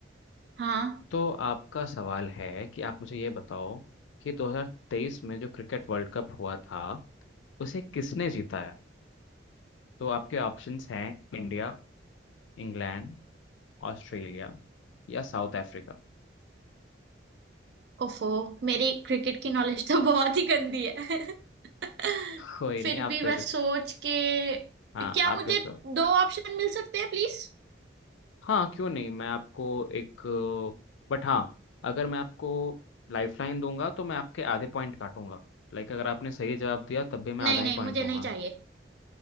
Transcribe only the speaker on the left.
तो आपका सवाल है कि आप मुझे ये बताओ कि 2023 में जो क्रिकेट वर्ल्ड कप हुआ था उसे किसने जीता है तो आपके ऑप्शंस हैं इंडिया इंग्लैंड ऑस्ट्रेलिया या साउथ अफ्रीका
कोई
नहीं
आप फिर
भी
हाँ
आप
गेस करो
हाँ क्यों नहीं मैं आपको एक बट हाँ अगर मैं आपको लाइफलाइन दूंगा तो मैं आपके आधे पॉइंट काटूंगा लाइक अगर आपने सही जवाब दिया तब भी मैं
आधा ही
पॉइंट
दूंगा